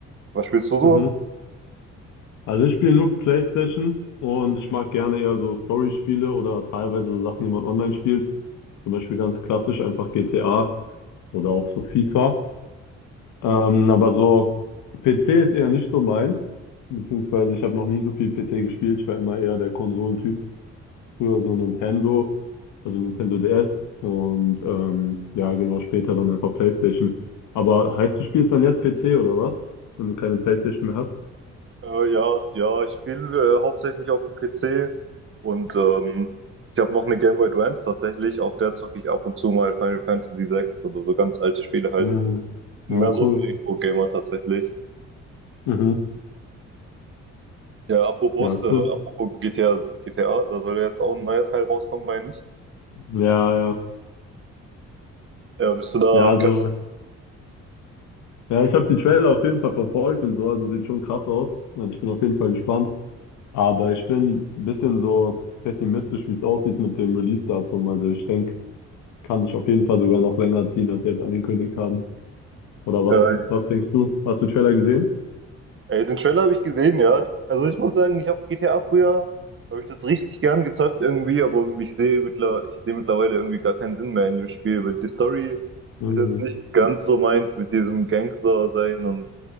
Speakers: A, on the right; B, on the left.
A: Was spielst du so?
B: Mhm. Also, ich spiele nur PlayStation und ich mag gerne eher so Story-Spiele oder teilweise so Sachen, die man online spielt. Zum Beispiel ganz klassisch einfach GTA oder auch so FIFA. Ähm, aber so PC ist eher nicht so meins. Beziehungsweise, ich habe noch nie so viel PC gespielt. Ich war immer eher der Konsolentyp. Früher so Nintendo. also Nintendo DS und ähm, ja, genau, später dann einfach PlayStation. Aber heißt, du spielst dann jetzt PC oder was? Wenn du keine PlayStation mehr hast?
A: Äh, ja, ja, ich spiele äh, hauptsächlich auf dem PC und ähm, ich habe noch eine Game Boy Advance tatsächlich. Auf der zocke ich ab und zu mal Final Fantasy VI oder so ganz alte Spiele halt.
B: Mhm.
A: Mehr
B: Ja,
A: so
B: cool.
A: ein Retro-Gamer tatsächlich.
B: Mhm.
A: Ja, apropos,
B: Ja,
A: äh,
B: cool.
A: apropos GTA, GTA, da soll ja jetzt auch ein neuer Teil rauskommen, meine ich.
B: Ja, ja.
A: Äh, bist du da,
B: Ja, also,
A: kannst,
B: ja, ich habe die Trailer auf jeden Fall verfolgt und so, also sieht schon krass aus. Also ich bin auf jeden Fall gespannt. Aber ich bin ein bisschen so pessimistisch, wie es aussieht mit dem Release-Datum. Also ich denke, kann sich auf jeden Fall sogar noch länger ziehen, als sie jetzt angekündigt haben. Oder was,
A: äh,
B: was denkst du? Hast du den Trailer gesehen?
A: Ey, den Trailer habe ich gesehen, ja. Also ich muss sagen, ich habe GTA früher, habe ich das richtig gern gezockt irgendwie, aber ich sehe mittler, ich sehe mittlerweile irgendwie gar keinen Sinn mehr in dem Spiel, weil die Story
B: Mhm.
A: ist jetzt nicht ganz so meins mit diesem Gangster sein und